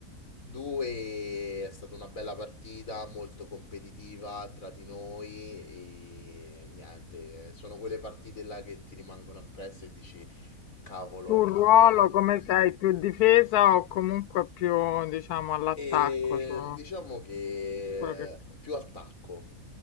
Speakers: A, on the left; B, on the left.
A: Due, è stata una bella partita, molto competitiva tra di noi e niente, sono quelle partite là che ti rimangono appresso e dici, cavolo,
B: tu il ruolo
A: meno...
B: come sei, più difesa o comunque più, diciamo, all'attacco?
A: E
B: so-
A: diciamo che
B: quello che-
A: più attacco,